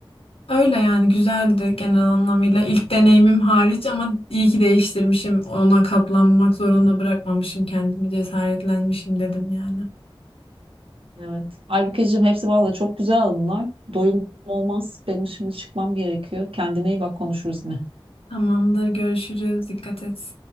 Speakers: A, on the left; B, on the right.
A: Öyle yani güzeldi genel anlamıyla. İlk deneyimim hariç ama iyi ki değiştirmişim. Ona katlanmak zorunda bırakmamışım kendimi. Cesaretlenmişim dedim yani.
B: Evet. Aybükeciğim hepsi valla çok güzel bunlar. Doyum olmaz. Benim şimdi çıkmam gerekiyor. Kendine iyi bak konuşuruz yine.
A: Tamamdır görüşürüz. Dikkat et.